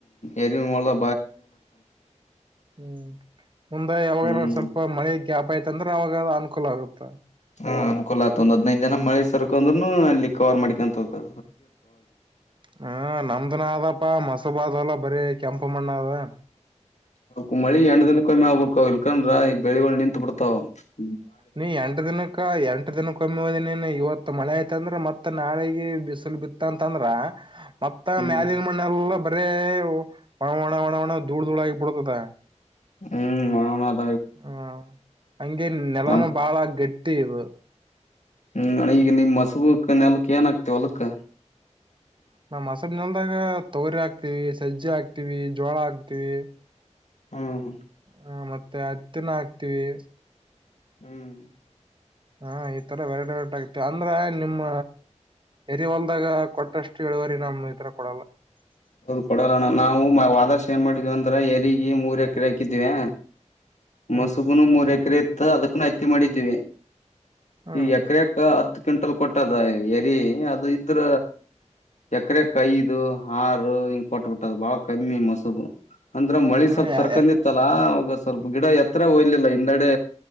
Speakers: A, on the left; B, on the right.
A: ಏರಿ ಹೊಲಬ್
B: ಮ್ಮ್, ಮುಂದೆ ಯಾವಾಗ?
A: ಹ್ಮ್
B: ಆದರೂ ಸ್ವಲ್ಪ ಮಳೆ... <inaudible> ಗ್ಯಾಪ್ ಅಯ್ತಂದ್ರ ಅವಾಗವ ಅನ್ಕೂಲ ಆಗತ್ತ.
A: ಹ್ಮ್ ಅನ್ಕೂಲ ಅತ್ ಒಂದ್ ಹದ್ನೈದ್ ದಿನ ಮಳೆ ಸರ್ಕಂದ್ರೂನು ಅಲ್ಲಿ ಕವರ್ ಮಾಡ್ಕ್ಯಾಂತದ.
B: ಮ್ಮ್, ನಮ್ಮದು ನಾವು ಅಪ್ಪ ಮಾಸೂರು ಬಾಲ್!.. <inaudible> ಹೊಲ ಬರೆ ಕೆಂಪು ಮಣ್ಣ್ ಅವೆ
A: ಆ ಊ ಮ ಅಂಡದಲ್ಲಿ ಕೊಳ್ಳಕ್ಕೆ. <unintelligible> ಯಾಕಂದ್ರೆ ಬೆಳಗಲ್ ನಿಂತು ಬಿಡುತ್ತೆ ಅವೂ? <inaudible>
B: ರಿ, ಎಂಟೂ ದಿನಕ, ಎಂಟೂ ದಿನಕೆ ಒಂದು ನೋಡಿದೀನಿ. ಮಳೆಯಾಗಿತ್ತು? ಇವತ್ತು ಮಳೆ ಆಯ್ತು. <unintelligible> ಮ್ಮ್, ಮತ್ತೆ ನಾಳೆಗೆ ಬಿಸಿಲು ಬೀಳುತ್ತದೆ? ಅಂದ್ರೆ? <inaudible> ಮತ್ತ
A: ಹ್ಮ್
B: ಮ್ಯಾಲಿನ್ ಮಣ್ಣೇಲ್ಲ ಒಳ್ಳೆ, ಮಾನವನ ದೂಳ ಧೂಳ್ ಧೂಳ್ ಆಗಿ ಬೆಳಿತ.. <unintelligible>
A: ಹ್ಮ್ಮ್. <inaudible>
B: ಮ್ಮ್! ಹಾಂಗೆ? ನೆಲನು
A: ನಮ್
B: ಬಾಳ ಗೇಟಿ. <inaudible> ತೀ ರು
A: ಮ್ಮ್, ನಿಮ್ ಅಣ್ಣಾ! ನಿಮ್ ಹಸಿರು ದಾಗ?.. <inaudible> ಹೂ, ಕಣೋ ಹೇಳು, ಏನಕ್ಕೆ ಒಳಕ್ಕ.. <unintelligible> ದ
B: ನಮ್ಮ, ಹಸಿರು ಹೊಲದಾಗ ತೊಗರಿಯಾಗ್ತಿವಿ? ಸಜ್ಜೆ ಹಾಕ್ತಿವಿ! ಗೋಳಾಕ್ತೀವಿ.. <unintelligible>
A: ಹ್ಮ್ಮ್.
B: ಹ ಮತ್ತೇ ಹತ್ತಿನ ಹಾಕ್ತಿವಿ.
A: ಹ್ಮ್
B: ಆ ಇತರ ಬರ್ಡ್. ಔಟ್! ಆಗುತ್ತದೆ ಅಂದರೆ ನಿಮ್ಮ ಇರಿ. ಒಂದಾಗ, ಕೊಟ್ಟಷ್ಟು ಇಳಿಯುವಂತಷ್ಟು. ನಮ್ಮ ಕೊಡಲ್ಲ? <unintelligible>
A: ಅದು ಕೊಡಲಣ ನಾವು ವಾದರ್ಶ ಏನ್ ಮಾಡಿದ್ವಿ ಅಂದ್ರೆ ಏರಿಗಿ ಮೂರ್ ಎಕ್ರೇ ಹಾಕಿದ್ವೆ.
B: ಹ್ಮ್
A: ಮುಸದಿಂ ಮೊರೆಕೆರೆ.. <inaudible> ತಾ ಅದಕನು ಹತ್ತಿ ಮಾಡಿದ್ವಿ.
B: ಹ್ಮ್
A: ಈಗ್ ಎಕರೆಕ ಹತ್ ಕ್ವಿಂಟಲ್ ಕೊಟ್ಟಾದ ಏರಿ ಅದು ಇದ್ರ ಎಕ್ರೇಕ ಐದು ಆರು ರೋ ಇಂಗ ಕೊಟ್ಬುಟ ಬಾಳ ಕಮ್ಮಿ ಮೊಸರು ಅಂದ್ರ ಮಳಿ
B: ಹ್ಮ್
A: ಸ್ವಪ್
B: ಯಾ
A: ಸರ್ಕಂಡಿತ್ತು
B: ಯಾ
A: ಅಲ್ಲ ಅವಾಗ್ ಸ್ವಲ್ಪ ಗಿಡ ಎತ್ರ ಹೋಲಿಲ್ಲ ಇಂದಡೆ